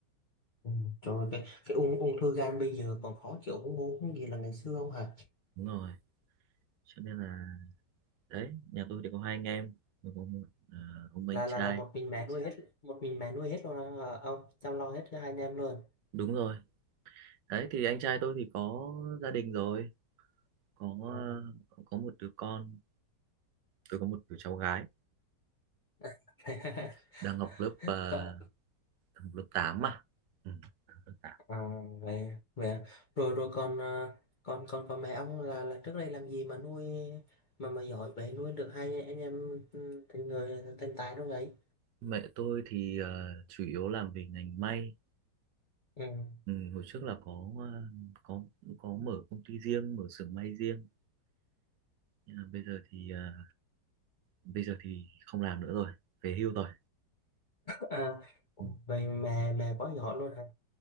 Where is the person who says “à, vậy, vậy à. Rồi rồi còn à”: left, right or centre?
Left